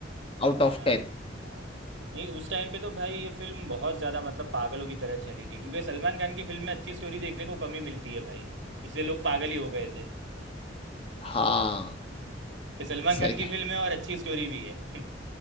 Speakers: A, on the left; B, on the right.
A: out
B: हाँ
A: of
B: भाई,
A: 10
B: हाँ नहीं उस टाइम पे तो भाई ये फिल्म बहुत ज़्यादा मतलब पागलों की तरह चली थी क्योंकि सलमान खान की फिल्म में अच्छी स्टोरी देखने को कमी मिलती है भाई इसलिए लोग पागल ही हो गए थे
A: हाँ
B: हम्म, कि सलमान
A: सही
B: खान की
A: है
B: फिल्म है और अच्छी स्टोरी भी है <laughs>